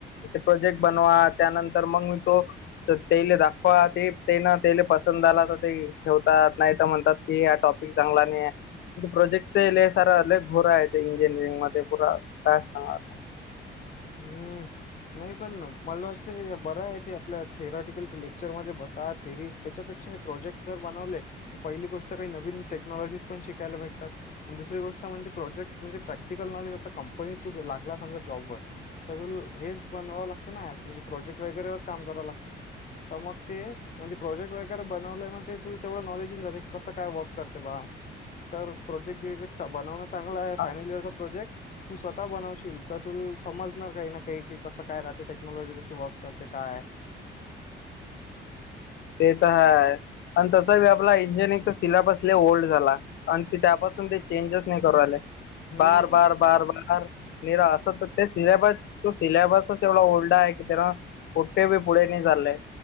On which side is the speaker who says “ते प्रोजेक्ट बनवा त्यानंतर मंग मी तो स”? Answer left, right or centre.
Left